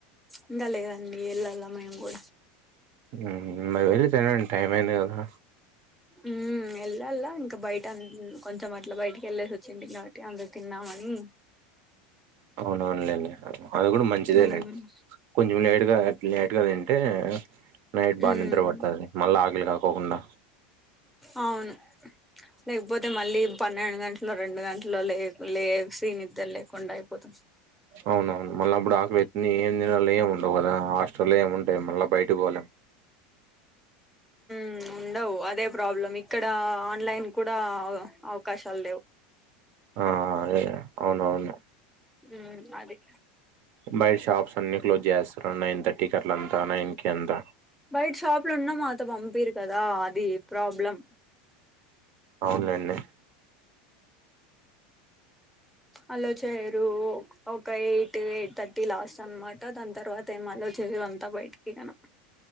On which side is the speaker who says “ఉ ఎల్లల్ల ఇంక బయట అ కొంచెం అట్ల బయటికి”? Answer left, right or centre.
Centre